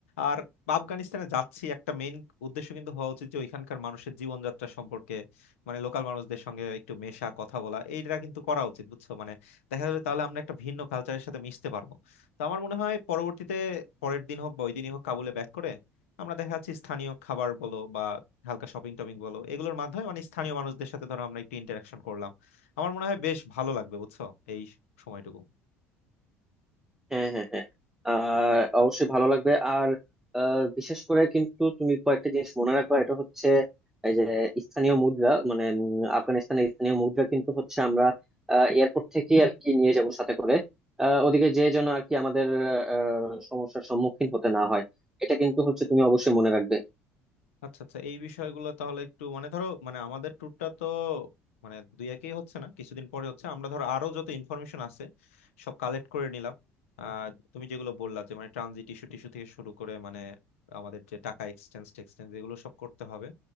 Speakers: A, on the left; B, in the centre.
A: আর আফগানিস্তানে যাচ্ছি একটা মেইন উদ্দেশ্য কিন্তু হওয়া উচিত যে ওইখানকার মানুষের জীবনযাত্রা সম্পর্কে মানে লোকাল মানুষদের সঙ্গে একটু মেশা কথা বলা এইটা কিন্তু করা উচিত বুঝছো মানে দেখা যাবে তাহলে আমরা একটা ভিন্ন কালচারের সাথে মিশতে পারবো তো আমার মনে হয় পরবর্তীতে পরের দিন হোক বা ওই দিনই হোক কাবুলে ব্যাক করে আমরা দেখা যাচ্ছে স্থানীয় খাবার বলো বা হালকা শপিং টপিং বলো এগুলোর মাধ্যমে মানে স্থানীয় মানুষদের সাথে ধরো আমরা একটু ইন্টারাকশন করলাম আমার মনে হয় বেশ ভালো লাগবে বুঝছো এই সময়টুকু
B: হ্যাঁ হ্যাঁ হ্যাঁ আর অবশ্যই ভালো লাগবে আর আহ, বিশেষ করে কিন্তু তুমি কয়েকটা জিনিস মনে রাখবা এটা হচ্ছে এই যে স্থানীয় মুদ্রা মানে উম, আফগানিস্তানের স্থানীয় মুদ্রা কিন্তু হচ্ছে আমরা এয়ারপোর্ট থেকে আর কি নিয়ে যাব সাথে করে আহ, ওদিকে যে যেন আর কি আমাদের আহ, সমস্যার সম্মুখীন হতে না হয় এটা কিন্তু হচ্ছে তুমি অবশ্যই মনে রাখবে
A: আচ্ছা আচ্ছা এই বিষয়গুলো তাহলে একটু মানে ধরো মানে আমাদের ট্যুরটা তো মানে দুই একই হচ্ছে না কিছুদিন পরে হচ্ছে আমরা ধরো আরো যত ইনফরমেশন আছে সব কালেক্ট করে নিলাম আহ তুমি যেগুলো বললা যে মানে ট্রানজিট ইস্যু টিস্যু থেকে শুরু করে মানে আমাদের যে টাকা এক্সচেঞ্জ টেক্সচেঞ্জ এগুলো সব করতে হবে